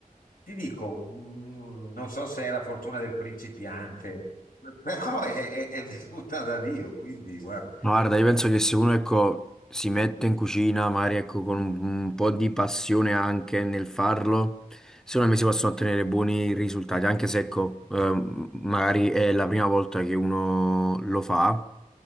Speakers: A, on the left (about 70°); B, in the centre.
A: Ti dico, mm, non so se è la fortuna del principiante. Però è, è- è venuta da Dio, quindi guarda.
B: Ma Guarda, io penso che se uno, ecco, si mette in cucina, magari, ecco, con un, un po' di passione anche nel farlo, secondo me si possono ottenere buoni risultati, anche se, ecco, ehm, magari è la prima volta che uno lo fa,